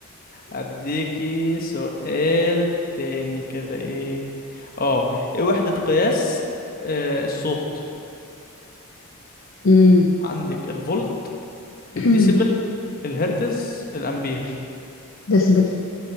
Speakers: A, on the left; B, on the left.
A: اديكي سؤال تاني كده ايه اه ايه وحدة قياس آه الصوت
B: امم
A: عندك الفولت
B: <clears throat>
A: الديسيبل الهرتز الامبير
B: ديسبل